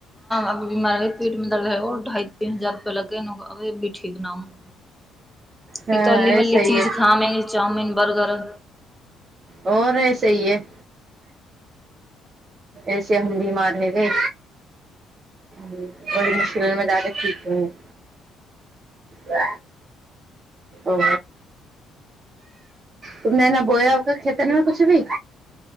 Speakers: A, in the centre; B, on the right.
A: अ बीमार ह प जमन्दार रह ओ ढ़ई तीन हजार रुपआ लगे ठीक न होय
B: हाँ
A: ई तो अली
B: ऐसे
A: वली
B: ही
A: चीज
B: है
A: खाबे चाउमिनन बर्गर
B: आओर ऐसी ही है ऐसे हम बीमार हैगे बड़ी मुशकिलमे ज्यादे ठीक ह ओ तुमने न बोया ओकर खेत मे कुछ भी